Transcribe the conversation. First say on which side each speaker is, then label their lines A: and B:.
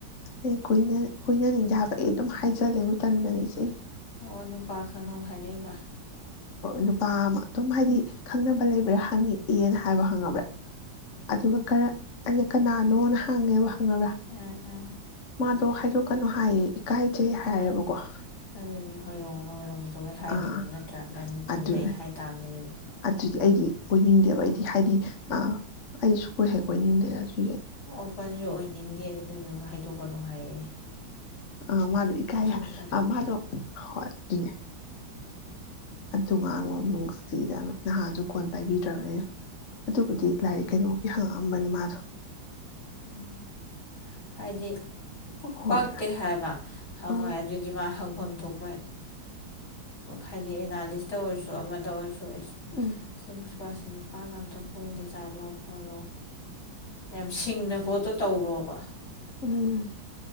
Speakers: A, on the left; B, on the left.
A: ꯑꯩ ꯀꯣꯏ ꯀꯣꯏꯅꯅꯤꯡꯗꯦ ꯍꯥꯏꯕ ꯑꯩ ꯑꯗꯨꯝ ꯍꯥꯏꯖꯜꯂꯦ ꯃꯇꯝꯗꯅꯤꯏꯆꯦ꯫
B: ꯑꯣ ꯅꯨꯄꯥ ꯈꯪꯅꯧ ꯍꯥꯏꯔꯛꯏꯕ
A: ꯅꯨꯄꯥ ꯑꯃ ꯑꯗꯨꯝ ꯍꯥꯏꯗꯤ ꯈꯪꯅꯕ ꯂꯩꯕ꯭ꯔꯥ ꯍꯪꯉꯤ ꯑꯦꯅ ꯍꯥꯏꯕ ꯍꯪꯉꯕ꯭ꯔꯥ ꯑꯗꯨꯒꯔ ꯑꯩꯅ ꯀꯅꯥꯅꯣꯅ ꯍꯪꯉꯦꯕ ꯭ꯔ
B: ꯑꯥ ꯑꯥ
A: ꯃꯥꯗꯣ ꯍꯥꯏꯗ ꯀꯩꯅꯣ ꯍꯥꯏꯌꯦ ꯀꯥꯏꯆꯩ ꯍꯥꯏꯔꯦꯕꯀꯣ
B: ꯎꯝ
A: ꯑ
B: ꯑꯗꯨꯗꯤ ꯍꯣꯏꯔꯣꯡꯂꯣ ꯍꯣꯏꯔꯣꯡꯗꯕꯩ ꯍꯥꯏꯗꯣꯏꯕ
A: ꯑꯥ
B: ꯅꯠꯇ꯭ꯔꯥ ꯅꯪꯗꯤ ꯑꯗꯨꯝ
A: ꯑꯗꯨ
B: ꯂꯩ ꯍꯥꯏꯇꯥꯥꯕꯅꯤ ꯑꯗꯨꯗꯤ
A: ꯑꯗꯨꯗꯤ ꯑꯩꯗꯤ ꯑꯣꯏꯅꯤꯡꯗꯦꯕ ꯑꯩꯗꯤ ꯍꯥꯏꯗꯤ ꯑ ꯁꯨ ꯀꯣꯏꯍꯦ ꯀꯣꯏꯅꯤꯡꯗꯦ ꯑꯗꯨꯁꯨ
B: ꯑꯣꯄꯟꯁꯨ ꯑꯣꯏꯅꯤꯡꯗꯦ ꯑꯗꯨꯗꯨꯅ ꯍꯥꯏꯗꯣꯛꯀꯅꯨ ꯍꯥꯏꯔꯛꯑꯦ
A: ꯑ ꯃꯥꯗꯨ ꯏ ꯀꯥꯏ
B: ꯑꯗꯨꯝ ꯐꯔꯦ
A: ꯃꯗꯨ ꯍꯣꯏ ꯑꯗꯨꯅꯦ ꯑꯗꯨ ꯉꯥꯡ ꯑꯃꯨ ꯅꯨꯡꯁꯤꯗ ꯅꯍꯥꯁꯨ ꯀꯣꯟ ꯄꯥꯏꯕꯤꯗ꯭ꯔꯕꯅꯦ ꯑꯗꯨꯕꯨꯗꯤ ꯂꯥꯏꯔꯤꯛ ꯀꯩꯅꯣꯒꯤ ꯍꯪꯉ ꯑꯝꯕꯥꯅꯤ ꯃꯥꯙꯧ
B: ꯎꯝ ꯍꯥꯏꯗꯤ ꯄꯣꯛ
A: ꯍꯣꯏ
B: ꯄꯛꯇꯦ ꯍꯥꯏꯕ ꯍ
A: ꯎꯝ
B: ꯍꯣꯏ ꯑꯗꯨꯗꯤ ꯍꯪ ꯊꯣꯛ ꯍꯥꯏꯗꯤ ꯑꯦꯅꯥ ꯑꯣꯏꯔ ꯑꯃ ꯑꯣꯏ inaudible
A: ꯎꯝ
B: ꯅꯨꯄꯥꯁꯤ ꯅꯨꯄꯥꯒ ꯑꯝꯇ ꯀꯣꯏꯗ ꯆꯥꯠꯂꯣ ꯈꯣꯠꯂꯣ ꯁꯤꯡꯅ ꯄꯣꯠꯇꯣ ꯇꯧꯔꯣꯕ
A: ꯎꯝ